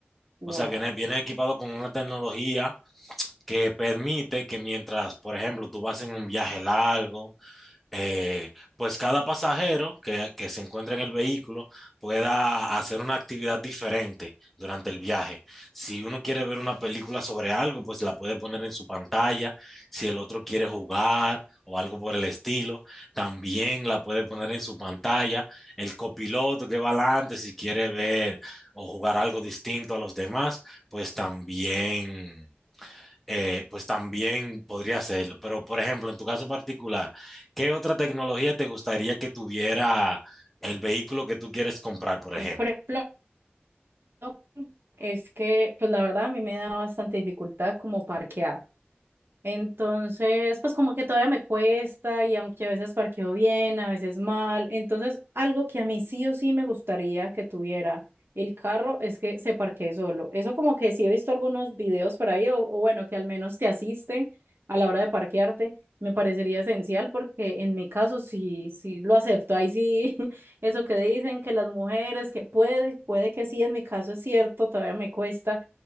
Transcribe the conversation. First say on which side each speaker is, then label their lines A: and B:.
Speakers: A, on the right; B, in the centre.
A: Wow.
B: O sea, viene, viene equipado con una tecnología que permite que mientras, por ejemplo, tú vas en un viaje largo, eh, pues cada pasajero que, que se encuentra en el vehículo pueda hacer una actividad diferente durante el viaje. Si uno quiere ver una película sobre algo, pues la puede poner en su pantalla. Si el otro quiere jugar o algo por el estilo, también la puede poner en su pantalla. El copiloto que va adelante, si quiere ver o jugar algo distinto a los demás, pues también eh, pues también podría hacerlo. Pero, por ejemplo, en tu caso particular, ¿qué otra tecnología te gustaría que tuviera el vehículo que tú quieres comprar, por ejemplo?
A: Por ejemplo, Ok. Es que, pues la verdad, a mí me da bastante dificultad como parquear. Entonces, pues como que todavía me cuesta y aunque a veces parqueo bien, a veces mal. Entonces, algo que a mí sí o sí me gustaría que tuviera el carro es que se parquee solo. Eso como que sí he visto algunos videos por ahí o, o bueno, que al menos te asiste a la hora de parquearte. Me parecería esencial porque en mi caso sí, sí lo acepto. Ahí sí, <laughs> eso que dicen que las mujeres, que puede, puede que sí, en mi caso es cierto, todavía me cuesta